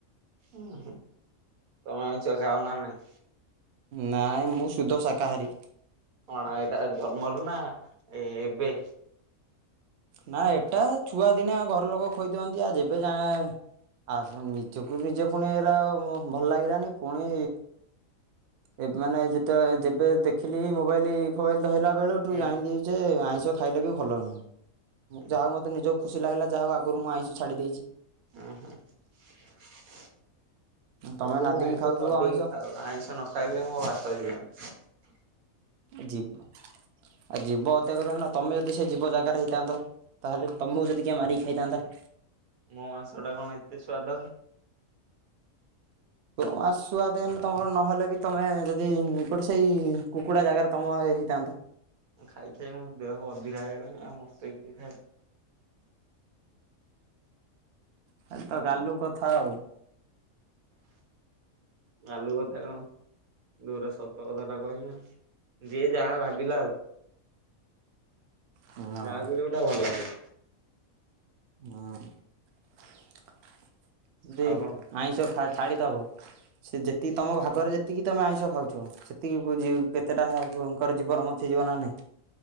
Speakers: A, on the right (about 85°); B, on the right (about 65°).
A: ଓ ହୋ ତମେ ଆଇଁଷ ଖାଅ ନା ନାଇଁ?
B: ନାଇଁ-ଇଁ-ଇଁ ମୁଁ ଶୁଦ୍ଧ ଶାକାହାରୀ।
A: କଣ ଏଇଟା ଜନ୍ମରୁ ନା ଏ-ଏ-ଏବେ।
B: ନା ଏଟା ଛୁଆଦିନେ ଘର ଲୋକ ଖୋଇଦିଅନ୍ତି ଆ ଯେବେ ଯାଏଁ ଆସ ନିଜକୁ ନିଜେ ପୁଣି ଏରା ଭଲ ଲାଗିଲାନି ପୁଣି ଏ ମାନେ ଯେତେବେଳେ ଯେବେ ଦେଖିଲି ମୋବାଇଲି ଫୋବାଇଲ ହେଲା ବେଳୁ ଠୁ
A: ହୁଁ
B: ଜାଣିଲି ଯେ ଆଇଁ ମିଷ ଖାଇଲେ ବି ଭଲ ନୁହଁ। ମୁଁ
A: ହୁଁ
B: ଯାହା ହଉ ମତେ ନିଜ ଖୁସି ଲାଗିଲା ଯାହା ହଉ ଆଗରୁ ମୁଁ ଆଇଁଷ ଛାଡ଼ି ଦେଇଛି।
A: ଓହୋ <unintelligible>
B: ତମେ ନାଦିକି
A: ଆଇଁଷ
B: ଖାଉଥିବ
A: ଚଢିକି
B: ଆଇଁଷ।
A: ଖାଉ ଆଇଁଷ ନ ଖାଇଲେ ମୋ ଭା ଚଳି ଯିବନି।
B: ଜୀ ଆଉ ଜୀବ ହତ୍ୟା କରିବ ନା ତମେ ଯଦି ସେ ଜୀବ ଜାଗାରେ ହେଇଥାନ୍ତ, ତାହେଲେ ତମକୁ ଯଦି କିଏ ମାରିକି ଖାଇଥାନ୍ତା।
A: ମୋ ମାଂସଟା କଣ ଏତେ ସ୍ଵାଦ କି?
B: ନ ସୁଆଦ ହେଲେ ତମର ନହେଲେ ବି ତମେ ଯଦି ଗୋଟେ ସେଇ କୁକୁଡା ଜାଗାରେ ତମ ହେଇଥାନ୍ତ।
A: ଖାଇ ଖାଇ ମୋ ଦେହ ବଧିରା ହେଇଗଲାଣି, ଆଉ ମତେ କିଏ ଖାଇବ?
B: ଖାଲି ତ
A: ଆଉ
B: ଗାଲୁ
A: କଣ
B: କଥା ଆଉ।
A: ଗାଲୁ କଥା କଣ? ଯୋଉରା ସତ କଥାଟା କହିଲି ନା। ଯିଏ ଯାହା ଭାବିଲା ଆଉ।
B: ହଁ।
A: ଯାହାକୁ ଯୋଉଟା ଭଲ ଲାଗିଲା।
B: ହଁ। <inaudible> ଦେଇ
A: ଆଉ କଣ
B: ଆଇଁଷ ଖା ଥାଳିତ ହବ ସେ ଯେତିକି ତମ ଭାଗରେ ଯେତିକି ତମେ ଆଇଁଷ ଖାଉଛ ସେତିକି ବଜି କେତେଟା ଙ୍କର ଜୀବନ ବଞ୍ଚି ଯିବ ନା ନାହିଁ।